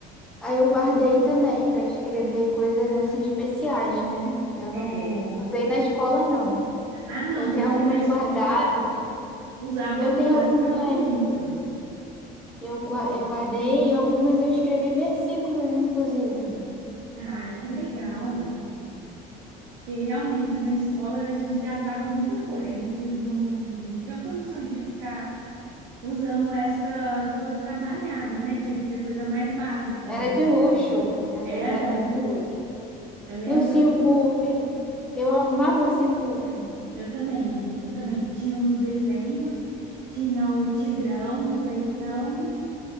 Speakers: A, in the centre; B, on the right.
A: Aí eu guardei também pra escrever coisas assim especiais, né? Eu
B: é.
A: não usei na escola, não.
B: Ah, não,
A: Eu tenho
B: porque
A: algumas
B: na escola
A: guardadas.
B: usava,
A: Eu
B: mu-
A: tenho
B: gastava
A: algumas.
B: muito.
A: Eu, gua- eu guardei e algumas eu escrevi versículos, inclusive.
B: Ai, que legal. Porque realmente na escola a gente gastava muita folha. Aí não, pu- não, não tinha condições de ficar usando essa toda trabalhada, né? Tinha que ser coisa mais básica
A: Era
B: mesmo.
A: de luxo. Essas
B: Era,
A: eram muito luxo.
B: eu lembro,
A: E o ursinho Puff. Eu amava o ursinho Puff.
B: eu também, eu também tinha uns desenhos, tinha o tigrão, o leitão.